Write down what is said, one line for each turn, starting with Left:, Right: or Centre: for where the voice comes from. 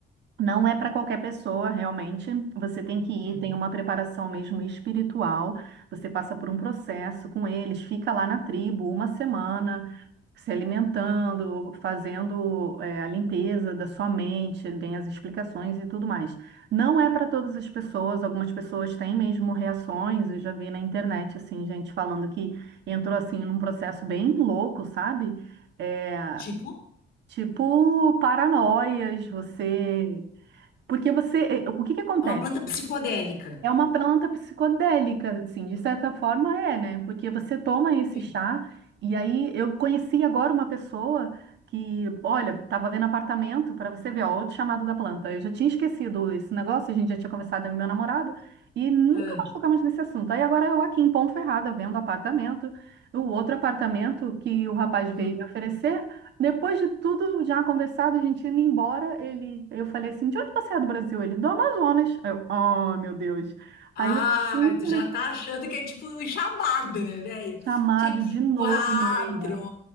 Right: Não é para qualquer pessoa, realmente. Você tem que ir,
Left: Uhum.
Right: tem uma preparação mesmo espiritual. Você passa por um processo com eles, fica lá na tribo uma semana, se alimentando, fazendo, é, a limpeza da sua mente, vem as explicações e tudo mais. Não é para todas as pessoas, algumas pessoas têm mesmo reações. Eu já vi na internet, assim, gente falando que entrou assim num processo bem louco, sabe? É,
Left: Tipo,
Right: tipo paranoias, você. Porque você, eh, o que que acontece?
Left: é uma planta psicodélica.
Right: É uma planta psicodélica, assim, de certa forma é, né? Porque você toma esse
Left: Sim.
Right: chá, e aí eu conheci agora uma pessoa que, olha, tava vendo apartamento, para você ver, ó, outro chamado da planta. Eu já tinha esquecido esse negócio, a gente já tinha conversado com meu namorado, e nunca
Left: Ah,
Right: mais tocamos nesse assunto. Aí agora eu aqui em Ponto Ferrada, vendo apartamento, o outro apartamento que o rapaz veio
Left: hum.
Right: me oferecer, depois de tudo já conversado, a gente indo embora, ele, eu falei assim, de onde você é do Brasil? Ele, do Amazonas. Aí Eu, oh, meu Deus.
Left: Ai,
Right: Aí eu fui
Left: tu
Right: tele-
Left: já tá achando que é tipo um chamado, né, velho?
Right: chamado
Left: Tchê, Que
Right: de novo,
Left: quadro!
Right: menina.